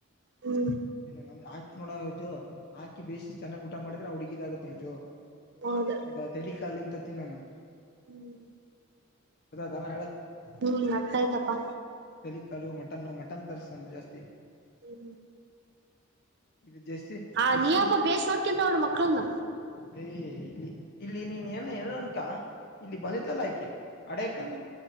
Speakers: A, on the right; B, on the left.
A: ಹ್ಮ್
B: ಇನ್ನು ನ ಹಾಕಿ ನೋಡಜು ಹಾಕಿ ಬೇಿಸಿ ಚೆನ್ನ್ ಊಟ ಮಾಡಿದ್ರೆ ಹುಡ್ಗಿದ ಇದಾಗತ್ ರಜು
A: ಹೌದು
B: ಹೌದಾ ತಳಿಕಾಲು ಇಂತ ತಿನ್ನೋಾನ
A: ಹ್ಮ್
B: ದನ
A: ಹ್ಮ್ ಅರ್ತ ಆಯ್ತಪ್ಪಾ
B: ತೇಲಿ ಕಾಲು ಮಟನ್ನು ಮಟನ್ ತರ್ಸ ಜಾಸ್ತಿ
A: ಹ್ಮ್
B: ಇದು ಜಾಸ್ತಿ
A: ಆ
B: ಬೆಶ
A: ನೀಯಪ್ಪ ಬೇಸ್ ನೋಡ್ಕಂತವಳ ಮಕ್ಕಳನ್ನ
B: ಯ ಇಲ್ಲಿ ನೀನ್ ಏನ್ ಹೇಳನ್ಕ ಇಲ್ಲಿ ಬಂದಿದ್ಲಲ್ಲ ಆಾಕೆ ಅಡಕ
A: ಹ್ಮ್